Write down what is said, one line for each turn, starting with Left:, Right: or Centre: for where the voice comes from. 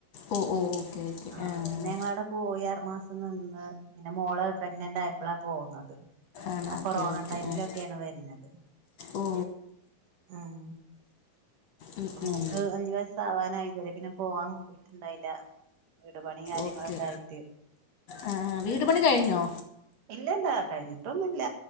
Left: ഓ ഓ ഓക്കെ ഓക്കെ
Right: ആഹ
Left: ആഹ്
Right: പിന്നെ ഞങ്ങള അവിടെ പോയി അറു മാസം നിന്ന് പിന്നെ മോള് പ്രഗ്നന്റ് ആയപ്പോളാ പോകുന്നത്
Left: ആണോ
Right: ആ കൊറോണ
Left: ഓക്കെ ഓക്കെ
Right: ടൈമിലൊക്കെയാണ്
Left: ആഹ്
Right: വരുന്നത്
Left: ഓ
Right: ഉം
Left: ഉം
Right: അപ്പ
Left: ഉം
Right: മോക്ക് അഞ്ചു വ വാനായി ഇതുവരെ പിന്നെ പോവാൻ കൂടിയിട്ടുണ്ടായില്ല വീട് പണി കാര്യങ്ങളൊക്കെ
Left: ഓക്കെ
Right: ആയിട്ട്
Left: ആ വീട് പണി കഴിഞ്ഞോ
Right: ഇല്ലല്ലാ കഴിഞ്ഞിട്ടൊന്നുമല്ല